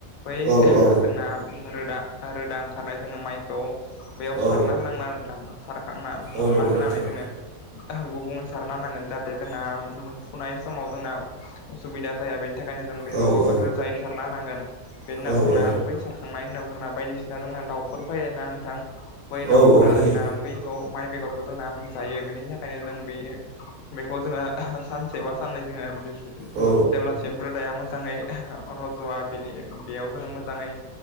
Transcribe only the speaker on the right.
औ औ
औ
औ नंगौ
नोंथां
औ औ
औ
औ
औ
औ फैयो
औ